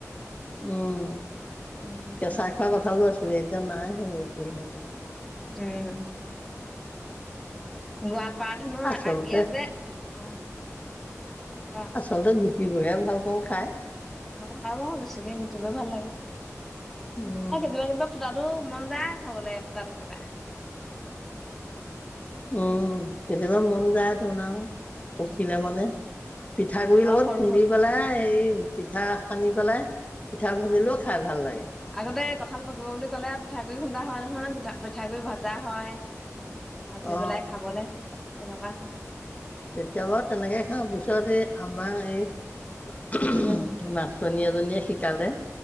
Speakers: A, on the left (about 25°); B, in the centre.
A: উম,
B: উম
A: কেঁচাই খোৱা কঁঠালো আছে লে এতিয়া নাই সেইবোৰ একোৱেই নাই
B: উম। গোৱাল, বৰা ধানৰ
A: আচলতে
B: আগিয়া যে, উম অ
A: আচলতে গো সিবোৰ হে ভাল পাওঁ খাই।
B: অ আও বেছিকে গুটিবোৰ ভাল লাগে।
A: উম
B: কেতিয়াবা কেতিয়াবা ফুটা, ত মন যায় খাবলে এফুটা দুফুটা।
A: উম কেতিয়াবা মন যায়তো না
B: উম
A: পকিলে মেনে। পিঠা গুৰিৰ
B: অ
A: লগত
B: সৰু
A: খুন্দি
B: সৰু
A: পেলাই এই পিঠা, সানি পেলাই, পিঠা
B: উম।
A: ভাজিলেও খাই ভাল লাগে
B: আগতে কঁঠাল পকিব বুলি ক'লে পিঠাগুৰি খুন্দা হয় নহয় ন পিঠাগুৰি ভাজা হয়। ভাজি
A: অ
B: পেলাই খাবলে। সেনকা
A: কেতিয়াবা তেনেকে খাওঁ, পিছত এই আমাৰ এই
B: উম
A: মাষ্টনী এজনীয়ে শিকালে।